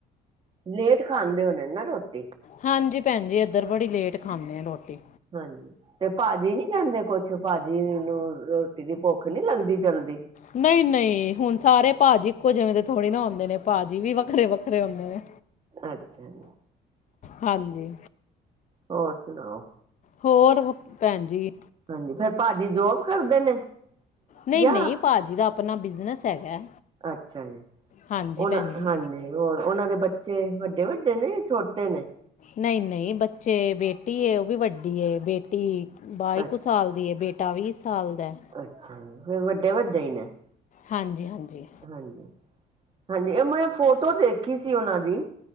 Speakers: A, on the right; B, on the left.
A: ਲੇਟ ਖਾਂਦੇ ਹੋਣੇ ਨਾ ਰੋਟੀ
B: ਹਾਂਜੀ, ਭੈਣਜੀ ਇੱਧਰ ਬੜੀ ਲੇਟ ਖਾਂਦੇ ਆ ਰੋਟੀ
A: ਹਾਂਜੀ, ਤੇ ਭਾਜੀ ਨੀ ਕਹਿੰਦੇ ਕੁਛ ਭਾਜੀ ਨੂੰ ਰੋਟੀ ਦੀ ਭੁੱਖ ਨੀ ਲੱਗਦੀ ਜਲਦੀ
B: ਨਈ-ਨਈ ਹੁਣ ਸਾਰੇ ਭਾਜੀ ਇੱਕੋ ਜਿਵੇਂ ਦੇ ਥੋੜ੍ਹੀ ਨਾ ਹੁੰਦੇ ਨੇ, ਭਾਜੀ ਵੀ ਵੱਖਰੇ-ਵੱਖਰੇ ਹੁੰਦੇ ਨੇ
A: ਅੱਛਾ ਜੀ।
B: ਹਾਂਜੀ।
A: ਓਰ ਸੁਣਾਓ
B: ਹੋਰ ਭੈਣ ਜੀ
A: ਹਾਂਜੀ ਫੇਰ ਭਾਜੀ ਜੋਬ ਕਰਦੇ ਨੇ
B: ਨਈ-ਨਈ
A: ਜਾਂ
B: ਭਾਜੀ ਦਾ ਆਪਣਾ ਬਿਜਨਸ ਹੈਗਾ
A: ਅੱਛਾ ਜੀ,
B: ਹਾਂਜੀ
A: ਉਹਨਾਂ
B: ਭੈਣ ਜੀ
A: ਹਾਂਜੀ ਹੋਰ ਉਹਨਾਂ ਦੇ ਬੱਚੇ ਵੱਡੇ-ਵੱਡੇ ਨੇ ਯਾ ਛੋਟੇ ਨੇ
B: ਨਈ-ਨਈ ਬੱਚੇ ਬੇਟੀ ਏ ਉਹ ਵੀ ਵੱਡੀ ਏ ਬੇ ਟੀ ਬਾਈ
A: ਅੱਛਾ
B: ਕੁ ਸਾਲ ਦੀ ਏ, ਬੇਟਾ ਵੀ ਸਾਲ ਦਾ।
A: ਅੱਛਾ ਜੀ, ਫਿਰ ਵੱਡੇ-ਵੱਡੇ ਈ ਨੇ
B: ਹਾਂਜੀ-ਹਾਂਜੀ।
A: ਹਾਂਜੀ, ਹਾਂਜੀ ਇਹ ਮੈਂ ਫੋਟੋ ਦੇਖੀ ਸੀ ਉਹਨਾਂ ਦੀ